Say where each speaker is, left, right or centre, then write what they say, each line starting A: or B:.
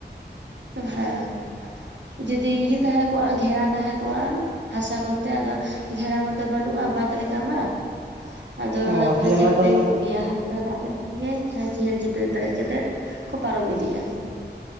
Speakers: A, on the right; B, on the right.
A: ᱦᱮᱸ ᱡᱩᱫᱤ ᱤᱭᱟᱹ ᱛᱟᱦᱮᱸ ᱠᱚᱜᱼᱟ ᱜᱷᱮᱨᱟ ᱛᱟᱦᱮᱸ ᱠᱚᱜᱼᱟ ᱦᱟᱥᱟ ᱠᱚᱛᱮ ᱟᱫᱚ ᱜᱷᱮᱨᱟ ᱢᱟᱛᱚ ᱵᱟᱹᱱᱩᱜᱼᱟ ᱵᱟᱸᱫ ᱞᱮᱠᱟ ᱢᱟ ᱟᱫᱚ ᱚᱱᱟ
B: ᱚ
A: ᱫᱚ ᱯᱩᱨᱟᱹ
B: ᱛᱟᱦᱚᱞᱮ
A: ᱪᱮᱞᱯᱮᱧ
B: ᱚᱱᱟ ᱫᱚ
A: ᱧᱚᱜ ᱜᱮᱭᱟ ᱦᱟᱞᱠᱟ ᱫᱟᱜ ᱞᱮᱠᱷᱟᱱ ᱜᱮᱭ ᱦᱮᱸ ᱪᱮᱦᱮᱞ ᱪᱮᱯᱮᱞ ᱯᱮᱨᱮᱡ ᱠᱟᱛᱮᱜ ᱠᱚ ᱯᱟᱨᱚᱢ ᱤᱫᱤᱜᱼᱟ᱾